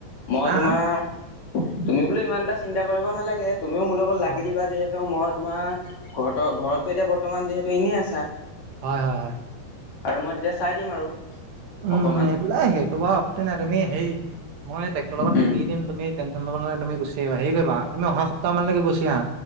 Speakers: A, on the left (about 45°); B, on the right (about 80°).
A: মই
B: হা
A: তোমাৰ
B: হা
A: তুমি বোলে ইমানটা চিন্তা কৰিব নালাগে তুমিওঁ মোৰ লগত
B: অ
A: লাগি দিবা যে মই তোমাৰ ঘৰতে, ঘৰতটো এতিয়া বৰ্তমান যিহেতু এনেই আছা
B: হয় হয় হয়।
A: আৰু মই তেতিয়া চাই দিম আৰু।
B: উম'
A: অকমান
B: সেইবিলা সেইটো বাৰু আপত্তি নাই তুমি সেই, মই ট্ৰেক্টৰ লগত
A: উম
B: থাকিয়ে দিম তুমি টেন- চন ললে নাই তুমি গুচি আহিবা হেৰি কৰিবা- তুমি অহা সপ্তাহ মানলৈকে গুচি আহা।